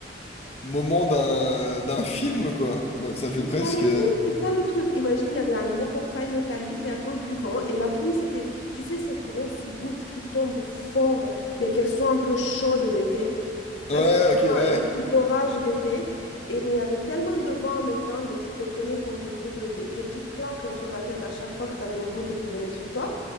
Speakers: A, on the left; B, on the left.
A: moment d'un d'un film, quoi. Moi, ça fait
B: Mais
A: presque.
B: ça l'était,
A: euh,
B: c'est ça le truc. Imagine, il y avait un gros portail métallique et à cause du vent et la pluie, c'était, tu sais, ces grosses gouttes qui tombent fort, mais qu'elles sont un peu chaudes d'été. Tu
A: Ouais,
B: vois, c'est
A: ok,
B: comme
A: ouais.
B: un truc d'orage d'été. Et mais il y avait tellement de vent en même temps, donc tu te prenais comme des coups de, de, de petites claques sur la tête à chaque fois que tu avais une goutte qui venait sur toi.